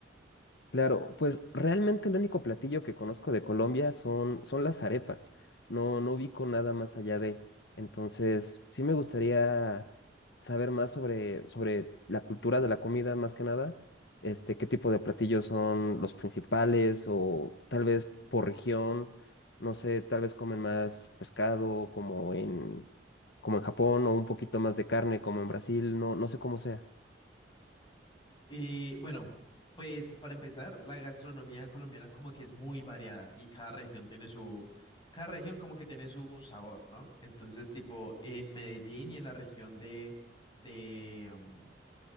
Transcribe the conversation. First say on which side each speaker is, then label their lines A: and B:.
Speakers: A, on the left (about 65°); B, on the left (about 25°).
A: Claro, pues realmente el único platillo que conozco de Colombia son, son las arepas. No, no ubico nada más allá de. Entonces, sí me gustaría saber más sobre, sobre la cultura de la comida, más que nada. Este, qué tipo de platillos son los principales, o tal vez por región, no sé, tal vez comen más pescado como en, como en Japón, o un poquito más de carne como en Brasil, no, no sé cómo sea.
B: Eh, bueno, pues para empezar, la gastronomía colombiana como que es muy variada y cada región tiene su, cada región como que tiene su sabor, ¿no? Entonces, tipo, en Medellín y en la región de, de, um,